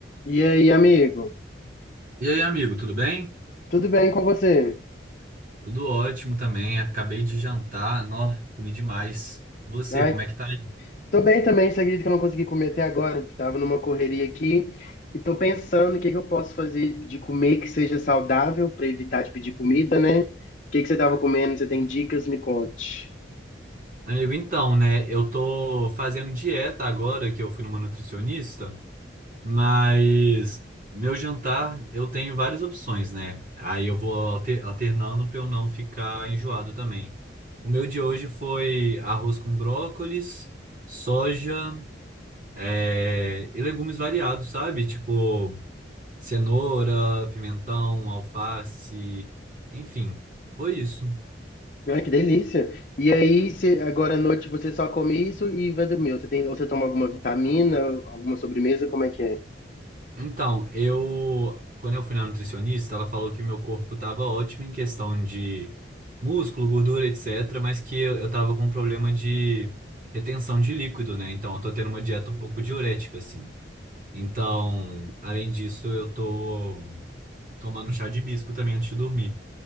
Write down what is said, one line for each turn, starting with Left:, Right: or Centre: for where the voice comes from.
Left: E aí, amigo?
Right: E aí, amigo, tudo bem?
Left: Tudo bem com você?
Right: Tudo ótimo também. Acabei de jantar. Nó, comi demais. E Você,
Left: Ai,
Right: como é que tá aí?
Left: tô bem também, você acredita que eu não consegui comer até agora? Tava numa correria aqui e tô pensando o que que eu posso fazer de comer que seja saudável pra evitar de pedir comida, né? O que que você tava comendo? Você tem dicas? Me conte.
Right: Amigo, então, né? Eu tô fazendo dieta agora que eu fui numa nutricionista, mas meu jantar eu tenho várias opções, né? Aí eu vou alter- alternando pra eu não ficar enjoado também. O meu de hoje foi arroz com brócolis, soja, é, e legumes variados, sabe? Tipo. cenoura, pimentão, alface, enfim, foi isso.
Left: Ai, que delícia. E aí, se agora à noite você só come isso e vai dormir? Você tem, ou você toma alguma vitamina, alguma sobremesa? Como é que é?
Right: Então, eu, quando eu fui na nutricionista, ela falou que o meu corpo estava ótimo em questão de músculo, gordura, etc, mas que eu, eu tava com problema de retenção de líquido, né? Então, eu tô tendo uma dieta um pouco diurética, assim. Então, além disso, eu tô tomando chá de hibisco também antes de dormir.